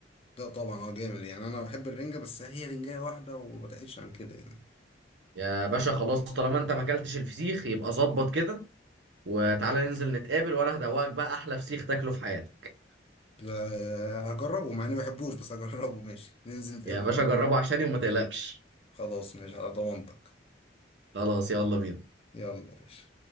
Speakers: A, on the left; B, on the right.
A: ده طبعا اه جامد يعني انا بحب الرنجه بس هي رنجه واحده وما بتقلش عن كده يعني
B: يا باشا خلاص طالما انت ما اكلتش الفسيخ يبقى ظبط كده وتعالى ننزل نتقابل وانا هدوقك بقى احلى فسيخ تاكله في حياتك
A: لا هجربه مع اني ما بحبوش بس هجربه ماشي ننزل نتقابل
B: يا باشا
A: ونجربه
B: جربه عشاني وما تقلقش
A: خلاص ماشي على ضمانتك
B: خلاص يلا بينا
A: يلا يا باشا